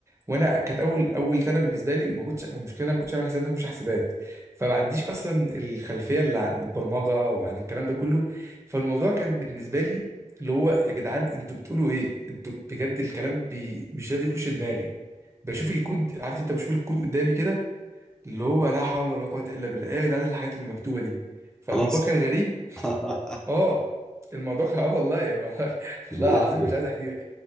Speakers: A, on the right (about 20°); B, in the centre.
A: وانا كانت اول اول سنه بالنسبه لي وما كنتش المشكله أنا ما كنتش عامل حساب ان أنا اخش حاسبات فما عنديش اصلا الخلفيه اللي عن البرمجه وعن الكلام ده كله فالموضوع كان بالنسبه لي اللي هو يا جدعان انتوا بتقولوا ايه انتوا بجد الكلام بي... مش راضي يخش دماغي بشوف الكود عارف انت بشوف الكود قدامي كده اللي هو لا حول ولا قوة الا بالله ايه يا جدعان الحاجات اللي مكتوبة دي فالموضوع
B: خلاص
A: كان غريب
B: <laughs>
A: اه الموضوع <laughs> كان اه والله يعني والله <laughs> والله
B: الولاد
A: العظيم
B: كده
A: مش عايز احكي لك